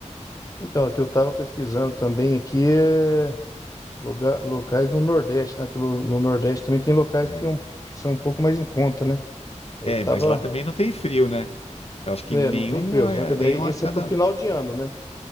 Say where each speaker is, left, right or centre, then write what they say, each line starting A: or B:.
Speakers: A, on the left; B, on the left.
A: então, o que eu tava pesquisando também aqui é lugar, locais no Nordeste, né? Que no no Nordeste também tem locais
B: É.
A: que, é um- que são um pouco mais em conta, né? Aí
B: É,
A: Eu tava,
B: mas lá também não tem frio, né? Eu acho que
A: né,
B: nenhuma,
A: não tem frio, só
B: eh,
A: que daí
B: nenhuma
A: esse
B: época
A: é pro
B: da.
A: final de ano, né?